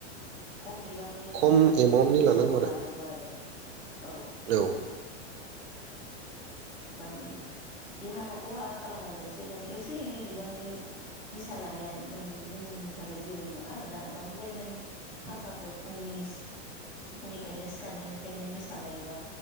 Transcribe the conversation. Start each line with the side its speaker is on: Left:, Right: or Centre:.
Centre: खम बिबांनि
Right: खम
Centre: माने नि
Right: एमाउन्टनि
Centre: निसाखौ
Right: आरो
Centre: लानांगौ आरो औ
Right: औ
Centre: माने देहा खौ खहा खालामाजासे माने एसे एनै बिबांनि निसा लानाया माने जोंनि थाखाय जेबो नङा आरोना बांद्राय माने सानफ्रामबो फुंनि सि फुंनिफ्रायनो सिखारनायनिफ्रायनो निसा लायोबा